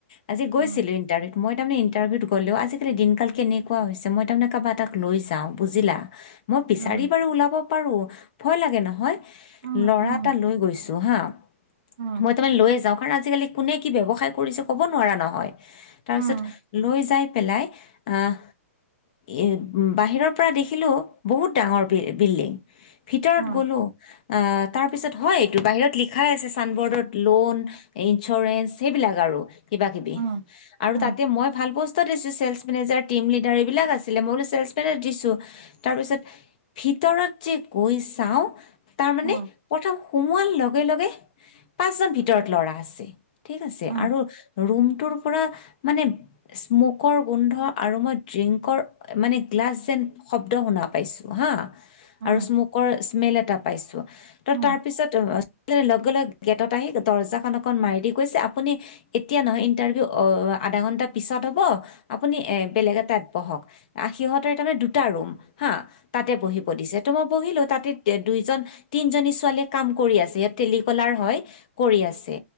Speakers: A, on the left; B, on the right.
A: আজি গৈছিলো
B: উম
A: ইণ্টাৰভিউত মই তাৰমানে ইণ্টাৰভিউত গ'লেও আজিকালি দিনকাল কেনেকুৱা হৈছে মই তাৰমানে কাৰোবা এটাক লৈ যাওঁ বুজিলা। মই বিচাৰি
B: উম
A: বাৰু ওলাব পাৰোঁ ভয় লাগে নহয়। হে
B: উম
A: লৰা
B: উম
A: এটা লৈ গৈছো হা।
B: উম
A: মই তো মানে লৈয়ে যাওঁ কাৰণ আজিকালি কোনে কি ব্যৱসায় কৰিছে ক'ব ন নহয়। তাৰ
B: উম
A: পিছত লৈ যায় পেলাই আহ এ বাহিৰৰ পৰা দেখিলো বহুত ডাঙৰ বিল বিল্ডিং। ভিতৰত
B: উম
A: গলো আ তাৰ পিছত হয় এইটো বাহিৰত লিখাই আছে ছাইনবৰ্ডত লোন ইঞ্চুৰেঞ্চ সেইবিলাক। কাগাৰু কিবা কিবি
B: উম
A: আৰু
B: উম
A: তাতে মই ভাল বস্ত- ছেলচ মেনেজাৰ টিম লডাৰ এইবিলাক আছিলে মই বোলো ছেলচ মেনত দিছু তাৰ পিছত ভিত- ভিতৰত যে গৈ চাওঁ তাৰ মানে
B: উম
A: প্ৰথম সুমোৱাৰ লগে লগে পাঁচজন ভিতৰত লৰা আছে। ঠিক আছে
B: উম
A: আৰু ৰুমটোৰ পুৰা, মানে স্মকৰ গোন্ধ আৰু মই ড্ৰিংকৰ মানে গ্লাছ যেন শব্দ শুনা পাইছোঁ হা।
B: উম
A: আৰু স্মকৰ স্মেল এটা পাইছো, ত তাৰ
B: উম
A: পিছতে লগে লগে গেটত আহি দৰ্জাখন অকন মাৰি দি কৈছে, আপুনি এতিয়া নহয় ইন্টাৰভিউ অ আধা ঘন্টা পিছত ত হব, আপুনি এ বেলেগ এটাত বহক, আ সিঁহতে এটা মানে দুটা ৰুম হা, তাতে বহিব দিছে ত মই বহিলো তাতে দুইজন- তিনিজনী ছোৱালীয়ে কাম কৰি আছে ইয়াত টেলিকলাৰ হয় কৰি আছে